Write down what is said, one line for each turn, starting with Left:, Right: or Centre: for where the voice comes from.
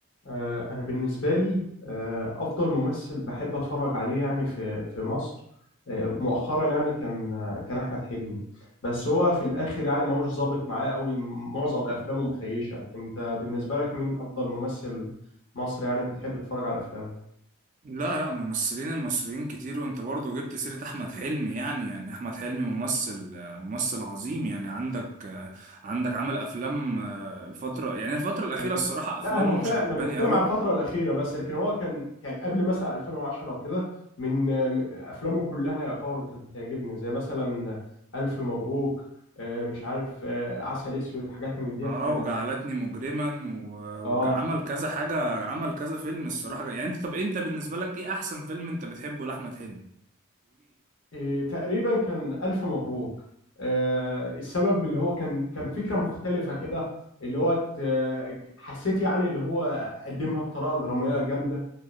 Left: آه، أنا بالنسبة لي آه، أفضل ممثل بحب أتفرج عليه يعني في في مصر آه، مؤخرا يعني كان آه، كان أحمد حلمي بس هو في الآخر يعني ما هوش ظابط معاه قوي معظم أفلامه مخيشة أنت بالنسبة لك مين أفضل ممثل مصري يعني بتحب تتفرج على أفلامه؟
Right: لا لا ممثلين المصريين كتير وانت برضه جبت سيرة احمد حلمي يعني يعني احمد حلمي ممثل آه، ممثل عظيم يعني عندك آه، عندك عمل افلام آه، الفترة يعني الفترة الاخيرة
Left: ال-
Right: الصراحة افلامه
Left: لا هو
Right: مش
Left: فعلا
Right: عجباني
Left: ما انا بتكلم
Right: قوي
Left: على الفتره الاخيره بس لكن هو كان كان قبل مثلا 2010 وكده من من افلامه كلها يعتبر كانت بتعجبني زي مثلا الف مبروك آه، مش عارف آه، عسل اسود حاجات من ديت
Right: اه
Left: كان
Right: وجعلتني مجرما و-
Left: اه
Right: وعمل كذا حاجة عمل كذا فيلم الصراحة
Left: و-
Right: يعني انت طب انت بالنسبة لك ايه احسن فيلم انت بتحبه لاحمد حلمي
Left: إيه، تقريبا كان الف مبروك آه، السبب اللي
Right: وليه؟
Left: هو كان كان فكره مختلفه كده اللي هو ت- حسيت يعني اللي هو قدمها بطريقه دراميه جامده